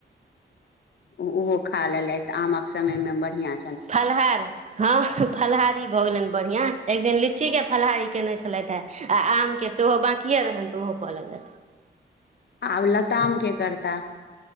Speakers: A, on the left (about 60°); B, on the right (about 35°).
A: ओहो खा लेलथि आमक समय मे बढ़िआ
B: फलहार हँ, फलाहारी भऽ गेलनि बढ़िआँ। एक दिन लीची के फलाहारी केने छै छलथे, आ आमके सेहो बकिए रहनि तऽ ओहो प लग जा
A: आब ल ताम के करता